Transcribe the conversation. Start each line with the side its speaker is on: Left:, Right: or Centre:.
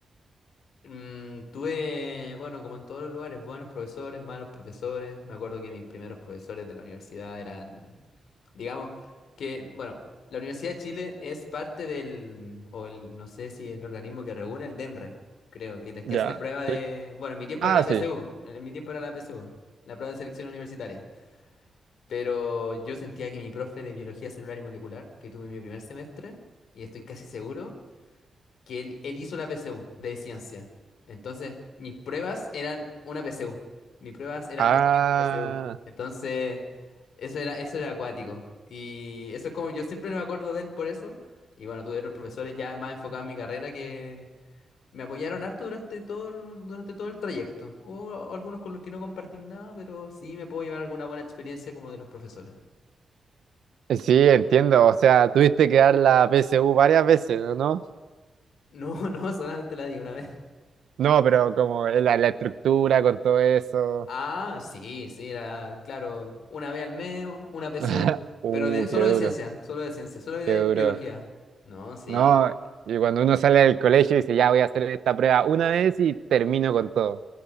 Left: Mm, tuve, bueno, como en todos los lugares, buenos profesores, malos profesores. Me acuerdo que mis primeros profesores de la universidad eran, digamos, que, bueno, la Universidad de Chile es parte del, o el, no sé si el organismo que regula, el DEMRE, creo, que es
Right: Ya.
Left: que hace la prueba de,
Right: Sí.
Left: bueno, en mi tiempo
Right: Ah,
Left: era la
Right: sí.
Left: PSU, en mi tiempo era la PSU, la prueba de selección universitaria. Pero yo sentía que mi profe de biología celular y molecular, que tuve en mi primer semestre, y estoy casi seguro que él, él hizo la PSU de ciencia. Entonces, mis pruebas eran una PSU. Mis pruebas eran
Right: Ah,
Left: estilo PSU. Entonces, eso era, eso era acuático. Y eso es como yo siempre me acuerdo de él por eso. Y bueno, tuve otros profesores ya más enfocados en mi carrera que me apoyaron harto durante todo el, durante todo el trayecto. Hubo algunos con los que no compartí nada, pero sí me puedo llevar alguna buena experiencia como de los profesores.
Right: sí, entiendo. O sea, tuviste que dar la PSU varias veces, ¿o ¿no?
Left: No, <laughs> no, solamente la di una vez.
Right: No, pero como la, la estructura con todo eso.
Left: Ah, sí, sí, era, claro, una vez al mes, una PSU,
Right: <laughs> Uh,
Left: pero de, solo
Right: qué duro,
Left: de ciencia, solo de ciencia, solo de
Right: qué duro.
Left: biología. No, sí,
Right: No, y cuando uno sale del colegio y dice, ya voy a hacer esta prueba una vez y termino con todo.